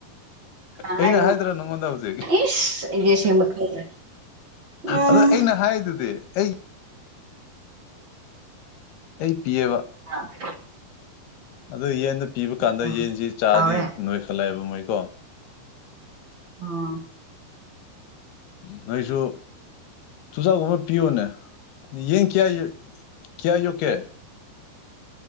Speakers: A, on the right; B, on the left.
A: ꯀꯅꯥ
B: ꯑꯩꯅ
A: ꯍꯥꯏꯅꯣ
B: ꯍꯥꯏꯗ꯭ꯔꯣ ꯅꯉꯣꯟꯗ ꯍꯧꯖꯤꯛ
A: ꯏꯁ ꯑꯩꯗꯤ ꯑꯁꯦꯡꯕ ꯈꯪꯗ꯭ꯔꯦ ꯎꯝ
B: ꯑꯗ ꯑꯩꯅ ꯍꯥꯏꯗꯨꯗꯤ ꯑꯩ ꯑꯩ ꯄꯤꯑꯕ
A: <unintelligible>
B: ꯑꯗꯨ ꯌꯦꯟꯗ ꯄꯤꯕ ꯀꯥꯟꯗ
A: ꯆꯥꯎꯔꯦ
B: ꯌꯦꯟꯁꯤ ꯆꯥꯗꯤ ꯅꯣꯏꯈꯠꯂꯛꯑꯦꯕ ꯃꯣꯏꯀꯣ
A: ꯑꯥ
B: ꯅꯣꯏꯁꯨ ꯇꯨꯁꯒꯕ ꯄꯤꯣꯅ ꯌꯦ ꯀꯌꯥ ꯀꯌꯥ ꯌ ꯀꯦ